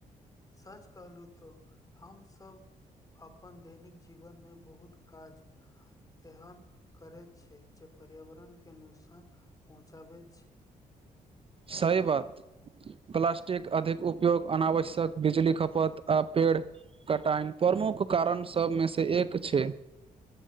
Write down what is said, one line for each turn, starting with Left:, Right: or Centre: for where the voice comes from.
Left: सच कहलहुँ तो हमसब अपन दैनिक जीवनमे बहुत काज एहन करै छै जे पर्यावरणके नुकसान पहुँचाबैत छै
Right: सही बात। प्लास्टिक अधिक उपयोग अनावश्यक बिजली खपत आ पेड़ कटाइन प्रमुख कारण सभमेसँ एक छै